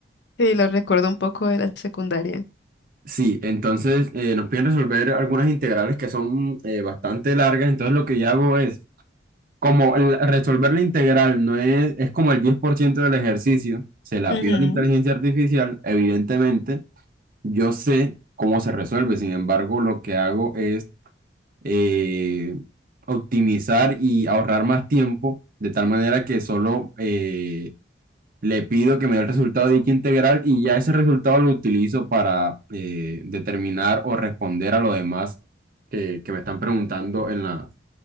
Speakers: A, on the left; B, on the right.
A: Sí, lo recuerdo un poco de la secundaria.
B: Sí, entonces eh, nos piden resolver algunas integrales que son eh, bastante largas. Entonces lo que yo hago es, como el- resolver la integral no es, es como el 10% del ejercicio, se la
A: Ujú.
B: pido a la inteligencia artificial, evidentemente, Yo sé cómo se resuelve, sin embargo, lo que hago es eh, optimizar y ahorrar más tiempo, de tal manera que solo eh, le pido que me dé el resultado de dicha integral y ya ese resultado lo utilizo para eh, determinar o responder a lo demás que, que me están preguntando en la,